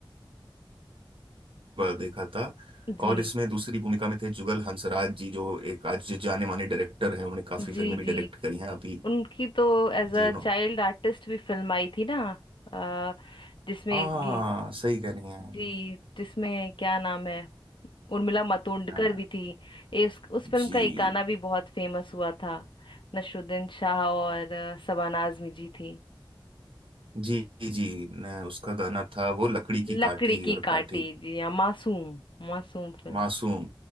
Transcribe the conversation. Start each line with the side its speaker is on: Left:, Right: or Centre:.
Right: बार देखा था
Left: जी
Right: और इसमें दूसरी भूमिका में थे जुगल हंसराज जी जो एक आज जाने माने डायरेक्टर हैं उन्होंने काफी
Left: जी
Right: फिल्में
Left: जी
Right: भी डायरेक्ट करी हैं अभी
Left: उनकी तो एज
Right: जी
Left: अ
Right: उन्होंने
Left: चाइल्ड आर्टिस्ट भी फिल्म आई थी ना अ, जिसमें
Right: हाँ
Left: एक ये
Right: सही कह रही हैं
Left: जी जिसमें क्या नाम है उर्मिला मातोंडकर
Right: हाँ,
Left: भी थी ए, उस उस फिल्म
Right: जी
Left: का एक गाना भी बहुत फेमस हुआ था नसरुद्दीन शाह और अ, शबाना आजमी जी थी
Right: जी जी न, उसका गाना था वो लकड़ी की
Left: लकड़ी
Right: काठी
Left: की
Right: और
Left: कांटी
Right: काठी
Left: जी हाँ मासूम मासूम फिल्म
Right: मासूम